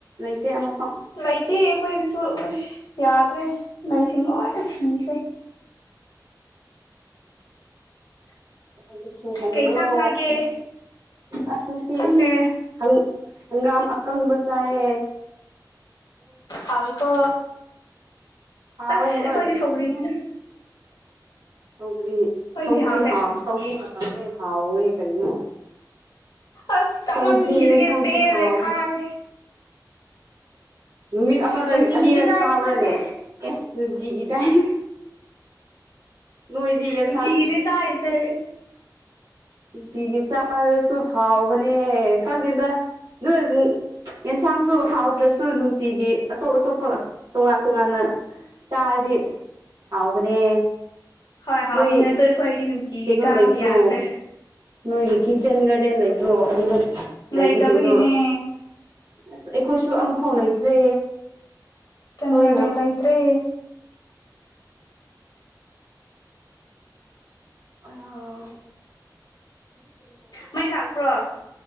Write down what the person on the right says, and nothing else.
ꯂꯩꯇꯦ ꯑꯃꯐꯥꯎ
ꯀꯩꯅ‌ꯣꯒꯤꯁꯤ ꯍꯟꯕ꯭ꯔꯣ
ꯑꯁ ꯉꯁꯤ
ꯍꯪ ꯍꯪꯒꯥꯝ ꯑꯀꯪꯕꯆꯥꯌꯦ
ꯍꯥꯎꯋꯦ
ꯍꯣꯏ
ꯁꯧ ꯒꯔꯤ
ꯁꯧꯒꯔꯤ
ꯍꯥ ꯁꯧꯒꯔꯤ <unintelligible> ꯍꯥꯎꯔꯦ ꯀꯔꯤꯅꯣ
ꯆꯧꯒ꯭ꯔꯤ ꯌꯦꯟꯁꯥꯡꯁꯨ
ꯍꯥꯎꯕꯅꯦ
ꯅꯨꯃꯤꯠ ꯑꯃꯗ
ꯑꯅꯤꯔꯛ
ꯆꯥꯕ꯭ꯔꯥꯅꯦ
ꯑꯦꯁ ꯅꯨꯡꯇꯤꯒꯤ ꯆꯥꯏ ꯅꯣꯏꯗꯤ ꯌꯦꯟꯁꯥꯡ
ꯅꯨꯡꯇꯤꯒꯤ ꯆꯥꯔꯁꯨ ꯍꯥꯎꯕꯅꯦ ꯈꯪꯗꯦꯗ ꯑꯗꯨ ꯌꯦꯟꯁꯥꯡꯁꯨ ꯍꯥꯎꯗ꯭ꯔꯁꯨ ꯅꯨꯡꯇꯤꯒꯤ ꯑꯇꯣꯞ ꯑꯇꯣꯞꯄ ꯇꯣꯉꯥꯟ ꯇꯣꯉꯥꯟꯅ ꯆꯥꯔꯗꯤ ꯍꯥꯎꯕꯅꯦ꯫
ꯅꯣꯏ
ꯀꯩꯅꯣ
ꯂꯩꯇ꯭ꯔꯣ
ꯅꯣꯏꯒꯤ ꯀꯤꯆꯟ ꯒꯥꯗꯦꯟ ꯂꯩꯇꯔꯣ ꯑꯗꯨꯗ ꯂꯩꯕꯁꯤꯡꯗꯣ
ꯑꯁ ꯑꯩꯈꯣꯏꯁꯨ ꯑꯃꯐꯥꯎ ꯂꯩꯇ꯭ꯔꯦ
ꯂꯣꯏꯅ
ꯑꯥ